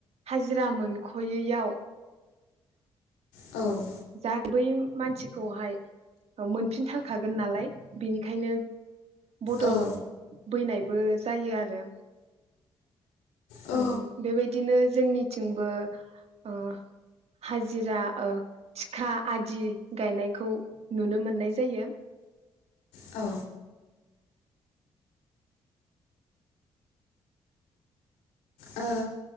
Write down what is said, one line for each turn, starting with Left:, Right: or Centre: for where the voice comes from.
Right: हाजिरा मोन खयैयाव
Left: औ
Right: जा बै मानसिखौहाय मोनफिनथारखागोन नालाय बेनिखायनो बदल
Left: औ
Right: बैनाय बो जायो आरो।
Left: औ
Right: ओ बेबायदिनो जोंनिथिंबो ओ हाजिरा ओ थिखा आदि गायनायखौ नुनो मोननाय जायो।
Left: औ ओ